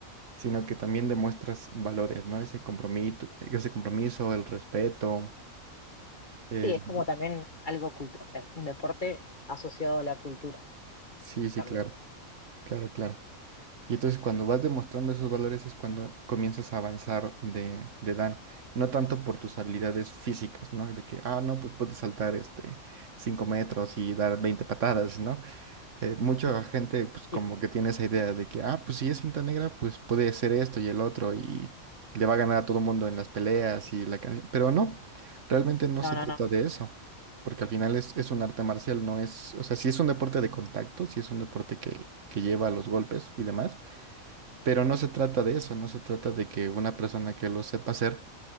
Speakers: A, on the right; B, on the left.
A: Sino
B: no,
A: que
B: no,
A: también
B: no.
A: demuestras valores, ¿no? Ese compromiso, ese compromiso, el respeto. el-
B: Sí, es como también algo culto, o sea, es un deporte asociado a la cultura
A: Sí, sí,
B: también.
A: claro, claro, claro. Y entonces cuando vas demostrando esos valores es cuando comienzas a avanzar de, de Dan, no tanto por tus habilidades físicas, ¿no? De que, ah, no, pues puedes saltar este cinco metros
B: Claro.
A: y dar 20 patadas, ¿no? Eh, mucha
B: <laughs>
A: gente pues como
B: Claro.
A: que tiene esa idea de que, ah, pues si es cinta negra, pues puede hacer esto y el otro y le va a ganar a todo el mundo en las peleas y la canción, pero no, realmente no
B: No,
A: se
B: no,
A: trata
B: no.
A: de eso. Porque al final es, es un arte marcial, no es, o sea, si es un deporte de contacto, si es un deporte que, que lleva los golpes y demás, pero no se trata de eso, no se trata de que una persona que lo sepa hacer